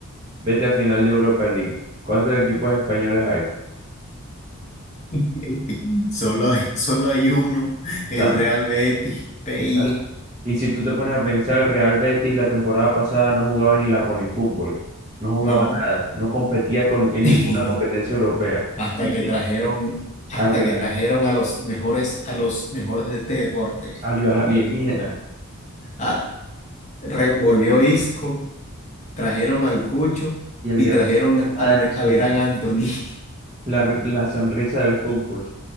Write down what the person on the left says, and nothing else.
<laughs> Solo hay, solo hay uno,
el Real Betis, PI.
No.
<laughs>
Hasta
que
trajeron, hasta
que trajeron a los mejores, a los mejores de este deporte.
el ah, revolvió Isco trajeron al Cucho
y
trajeron
al, me- al gran Anthony. <laughs>